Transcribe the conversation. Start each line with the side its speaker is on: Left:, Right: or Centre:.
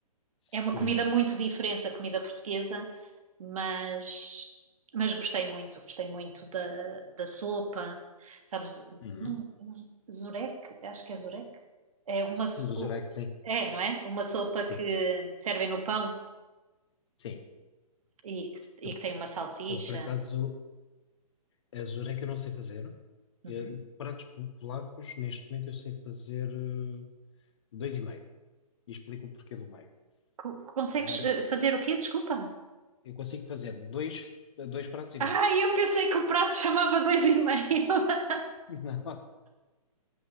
Left: sim.
Right: É uma comida muito diferente da comida portuguesa, mas, mas gostei muito, gostei muito da, da sopa, sabes?
Left: Uhum.
Right: Não, não- Zurek, acho que é Zurek. É uma, so-
Left: Eu Jurei que sim.
Right: é, não é? Uma sopa que
Left: Sim.
Right: servem no pão
Left: Sim.
Right: e, e
Left: Eu,
Right: que tem uma salsicha.
Left: eu, por acaso, eh, jurei que eu não sei fazer.
Right: Uhum.
Left: Eh, pratos po- polacos, neste momento, eu sei fazer eh, dois e meio. E explico o porquê do meio.
Right: Co- Consegues
Left: Eh,
Right: eh, fazer o quê? Desculpa.
Left: eu consigo fazer dois, dois pratos e meio.
Right: Ah, eu pensei que o prato chamava dois e meio. <laughs>
Left: <laughs> Não.